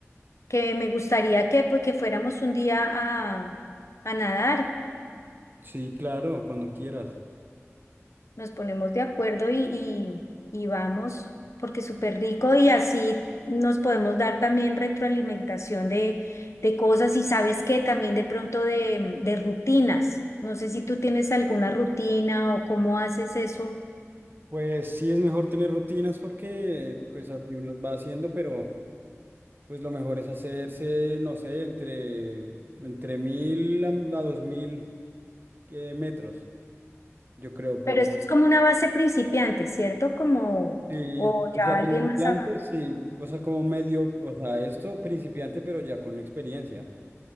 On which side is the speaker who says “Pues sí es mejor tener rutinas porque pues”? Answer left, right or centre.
Right